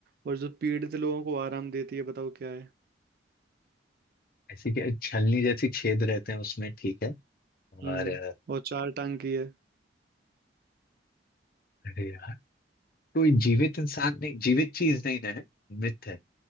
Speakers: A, on the right; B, on the left.
A: और जो पीड़ित लोगों को आराम देती है बताओ क्या है
B: ऐसी क्या छलनी जैसी छेद रहते हैं उसमें ठीक है और
A: हम्म
B: अ,
A: और चार टांग की है <laughs>
B: अरे यार कोई जीवित इंसान नहीं जीवित चीज नहीं ना है मृत है